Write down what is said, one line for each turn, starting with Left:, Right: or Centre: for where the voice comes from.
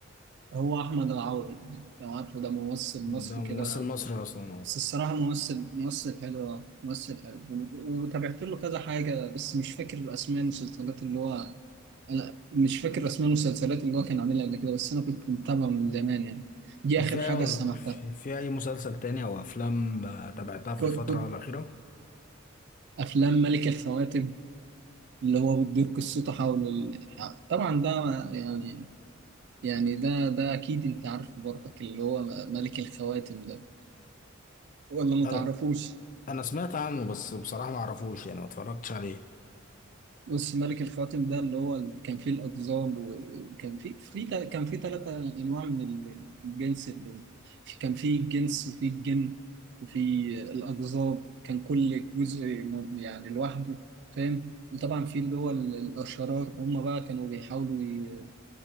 Right: هو أحمد العوضي لو عارفه ده ممثل مصري
Left: ده ممثل
Right: كده
Left: مصري اصلا اه
Right: بس الصراحة ممثل ممثل حلو آه، ممثل حلو وتابعت له كذا حاجة بس مش فاكر أسماء المسلسلات اللي هو انا مش فاكر اسماء المسلسلات اللي هو كان عاملها قبل كده بس انا كنت متابعه من زمان يعني دي
Left: طب
Right: اخر
Left: في اي
Right: حاجه استمعتها
Left: في في اي مسلسل تاني او افلام آه، تابعتها في
Right: كنت,
Left: الفترة
Right: كنت
Left: الاخيرة
Right: افلام ملك الخواتم اللي هو بتدور قصته حول ال... طبعا ده يعني يعني ده ده اكيد انت عارفه برضك اللي هو ملك الخواتم ده ولا ما
Left: انا
Right: تعرفوش
Left: انا سمعت عنه بس بصراحة ما اعرفوش يعني ما اتفرجتش عليه
Right: بص ملك الخواتم ده اللي هو ال- كان فيه الأقزام وكان فيه في تا- كان فيه ثلاثة أنواع من ال- الجنس اللي في- كان فيه الجنس وفيه الجن وفيه الأقزام كان كل جزء م- يعني لوحده فاهم وطبعا في اللي هو ال- الأشرار هم بقى كانوا بيحاولوا ي-